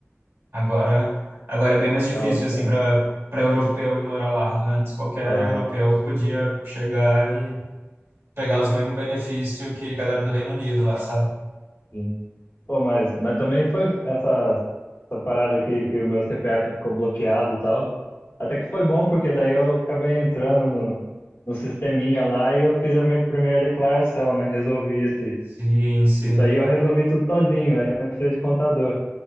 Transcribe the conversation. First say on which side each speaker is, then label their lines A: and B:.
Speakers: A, on the right; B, on the left.
A: agora, agora é bem mais difícil,
B: é outro,
A: assim,
B: é.
A: pra, para europeu ir morar lá. Antes, qualquer
B: Aham.
A: europeu podia chegar e pegar os mesmos benefícios que a galera do Reino Unido lá, sabe?
B: E- Pô, mas, mas também foi essa, essa parada que, que o meu CPF ficou bloqueado e tal. Até que foi bom, porque daí eu acabei entrando no, no sisteminha lá e eu fiz a minha primeira declaração, né? Resolvi esse,
A: Sim, sim.
B: isso aí, eu resolvi tudo sozinho, aí eu nem precisei de contador.